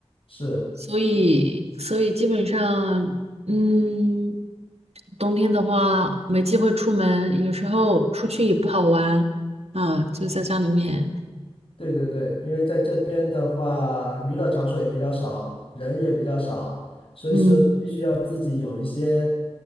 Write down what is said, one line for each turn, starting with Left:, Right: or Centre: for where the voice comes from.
Left: 是。
Right: 所以，所以基本上，嗯，冬天的话没机会出门，有时候出去也不好玩啊，就在家里面，
Left: 对对对，因为在这边的话，娱乐场所也比较少，人也比较少，所以说必须要自己有一些
Right: 嗯，